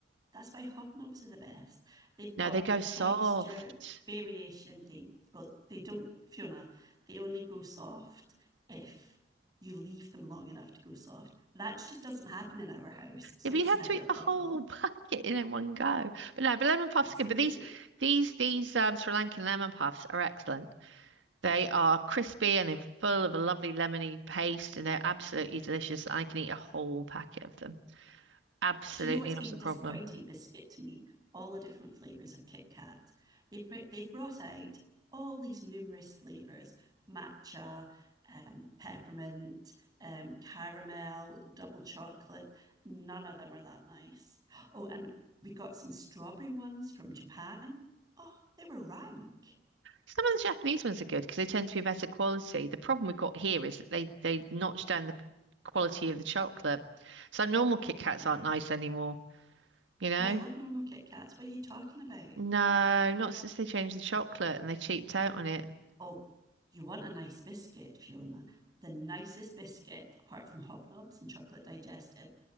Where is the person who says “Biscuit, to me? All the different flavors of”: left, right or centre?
Right